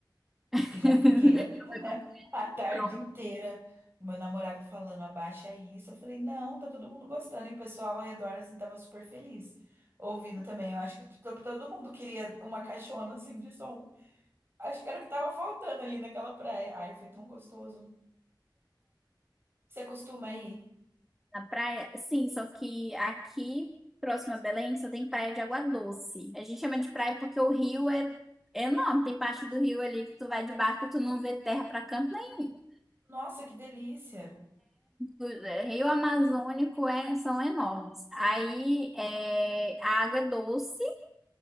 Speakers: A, in the centre; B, on the right.
A: <laughs>
B: E já fiquei <laughs>
A: Eu fui
B: a tarde
A: pronto
B: inteira. Meu namorado falando, abaixa isso. Eu falei, não, tá todo mundo gostando. E o pessoal ao redor, assim, tava super feliz. Ouvindo também. Eu acho que to- todo mundo queria uma caixona, assim, de som. Acho que era o que tava faltando ali naquela praia. Ai, foi tão gostoso. Você costuma ir?
A: na praia. Sim, só que aqui, próximo a Belém, só tem praia de água doce. A gente chama de praia porque o rio é enorme. Tem parte do rio ali que tu vai de barco, e tu não vê terra pra canto nenhum.
B: Nossa, que delícia.
A: O é, Rio Amazônico é, são enormes. Aí é, a água é doce.